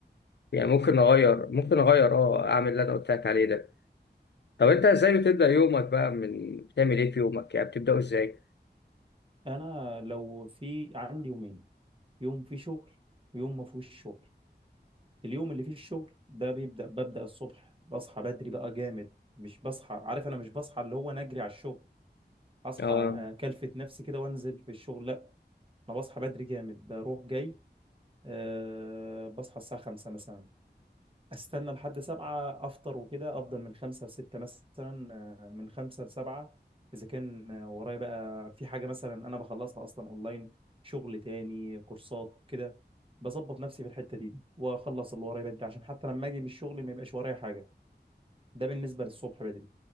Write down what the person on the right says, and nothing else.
انا لو في عندي يومين يوم فيه شغل ويوم ما فيهوش شغل اليوم اللي فيه الشغل ده بيبدأ ببدأ الصبح بصحى بدري بقى جامد مش بصحى عارف انا مش بصحى اللي هو نجري على الشغل اصحى
اكلفت نفسي كده وانزل في الشغل لا انا بصحى بدري جامد بروح جاي أه بصحى الساعة 5 مثلا استنى لحد سبعة افطر وكده افضل من خمسة لستة مثلا آه، من خمسة لسبعة اذا كان آه، ورايا بقى في حاجة مثلا انا بخلصها اصلا اونلاين شغل تاني كورسات كده بظبط نفسي في الحتة دي واخلص اللي ورايا بدري عشان حتى لما اجي من الشغل ما يبقاش ورايا حاجة ده بالنسبة للصبح بدري